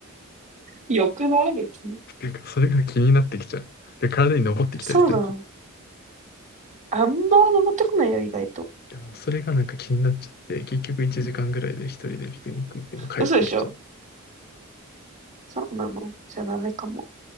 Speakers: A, on the right; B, on the left.
A: う。よくない別に。
B: なんかそれが気になってきちゃう。で、体に登ってきたりするじゃん。
A: そうなの。あんま登ってこないよ、意外と。
B: でもそれがなんか気になっちゃって、結局1時間ぐらいで一人でピクニック行っても帰ってきちゃう。
A: 嘘でしょそうなの。じゃあダメかも。